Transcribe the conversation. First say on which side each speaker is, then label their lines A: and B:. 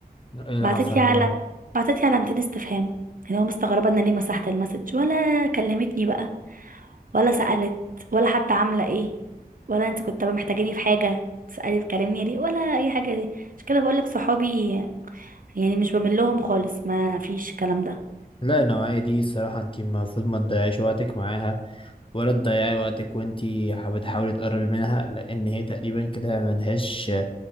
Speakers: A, on the left; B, on the right.
A: ايه اللي
B: بعتت
A: حصل
B: لي علم
A: بقى
B: بعتت لي علامتين استفهام اللي هو مستغربه ان أنا ليه مسحت المسج ولا كلمتني بقى ولا سالت ولا حتى عامله ايه ولا انت كنت محتاجاني في حاجه تسالي تكلمني ليه ولا اي حاجه دي عشان كده بقول لك صحابي يعني مش بمل لهم خالص ما فيش الكلام ده
A: لا النوعية دي الصراحة انت المفروض ما تضيعيش وقتك معاها ولا تضيعي وقتك وانت حابة بتحاولي تقربي منها لان هي تقريبا كده ملهاش آه،